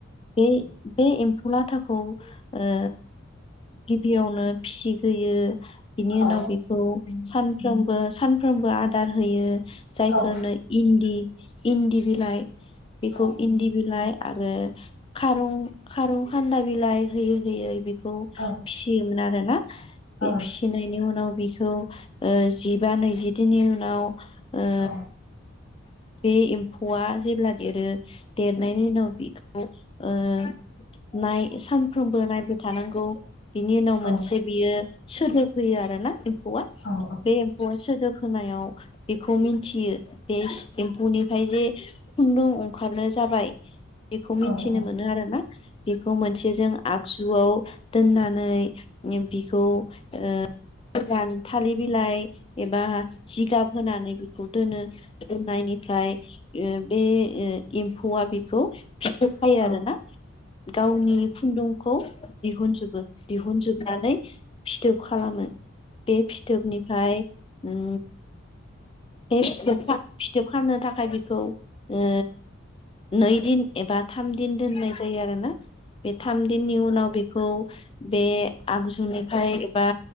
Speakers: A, on the left (about 25°); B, on the left (about 60°).
A: बे बे एम्फौ लाथाखौ ओ गिबियावनो फिसिग्रोयो बिनि
B: औ
A: उनाव बेखौ सानफ्रोमबो सानफ्रोमबो आदार होयो जायखौनो
B: औ
A: इन्दि इन्दि बिलाइ बेखौ
B: औ
A: इन्दि बिलाइ आरो खारं खारं खान्दा बिलाइ होयै होयै बि खौ
B: औ
A: फिसियोमोन आरोना
B: औ
A: बे फिसिनायनि उनाव बेख खौ ओ जिबा नैजिथिनि उनाव ओ
B: औ
A: बे एम्फौआ जेब्ला देरो देरनायनि उनाव बेखौ ओ नाय सानफ्रोमबो नायबाय थानांगौ बिनि उनाव
B: औ
A: मोनसे
B: औ
A: बियो सोदोब होयो आरो ना एम्फौआ
B: औ
A: बे एम्फौआ सोदोब होनायाव बेखौ मिथियो बे एम्फौनिफ्राय जे खुन्दुं ओंखारनो जाबाय बेखौ
B: औ
A: मिथिनो
B: औ
A: मोनो आरोना बेखौ मोनसे जों आगजु जुआव दोननानै बिखौ ओ गोरान थालिर बिलाइ एबा जिगाब होनानै बेखौ दोनो दोननायनिफ्राय ओ बे एम्फौआ बेखौ फिथोब खायो
B: औ
A: आरोना गावनि खुन्दुंखौ दिहुनजोबो दिहुनजोबनानै फिथोब खालामो बे फिथोबनिफ्राय ओ बे फिथोब फिथोब खालामनो थाखाय बेखौ ओ नै दिन एबा थाम दिन दोननाय जायो आरो ना बे थाम दिननि उनाव बेखौ बेखौ बे आगजुनिफ्राय एबा